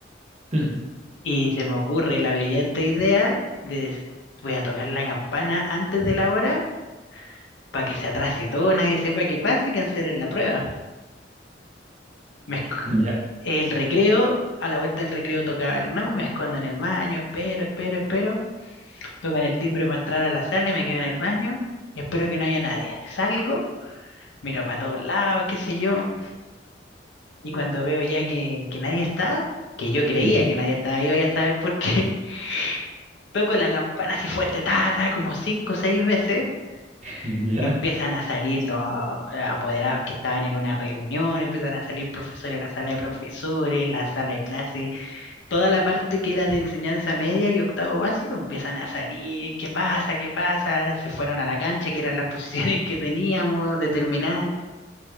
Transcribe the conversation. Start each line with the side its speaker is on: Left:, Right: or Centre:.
Right: <laughs>
Left: Y se me ocurre la brillante idea de des- voy a tocar la campana antes de la hora para que se atrase todo, nadie sepa qué pasa y cancelen la prueba. Me,
Right: Ya.
Left: el recreo, a la vuelta del recreo tocaba el ramo y me escondo en el baño, espero, espero, espero. Tocan el timbre para entrar a la sala y me quedo en el baño y espero que no haya nadie. Salgo, miro para todos lados, qué sé yo, y cuando veo ya que, que nadie está, que yo creía
Right: ujú,
Left: que nadie estaba ahí, vaya a saber por qué, <laughs> toco la campana así fuerte, ta, ta, como cinco o seis veces.
Right: Ya.
Left: Empiezan a salir los apoderados que estaban en una reunión, empiezan a salir profesores de la sala de profesores, la sala de clases, toda la parte que era de enseñanza media y octavo básico empiezan a salir, ¿qué pasa? ¿Qué pasa? Se fueron a la cancha, que eran las <laughs> posiciones que teníamos determinadas.